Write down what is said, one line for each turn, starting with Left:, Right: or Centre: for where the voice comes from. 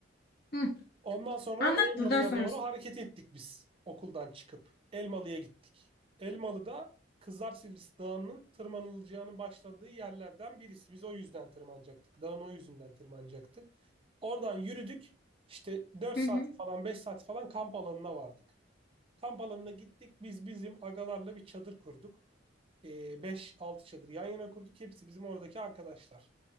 Left: Hı.
Right: Ondan sonra
Left: Anlat
Right: Elmalı'ya
Left: buradan sonrası.
Right: doğru hareket ettik biz okuldan çıkıp. Elmalı'ya gittik. Elmalı'da Kızlar Sivrisi Dağı'nın tırmanılacağının başladığı yerlerden birisi. Biz o yüzden tırmanacaktık. Dağın o yüzünden tırmanacaktık. Oradan yürüdük. İşte dört
Left: Hı
Right: saat
Left: hı.
Right: falan 5 saat falan kamp alanına vardık. Kamp alanına gittik. Biz bizim agalarla bir çadır kurduk. Ee, beş altı çadır yan yana kurduk. Hepsi bizim oradaki arkadaşlar.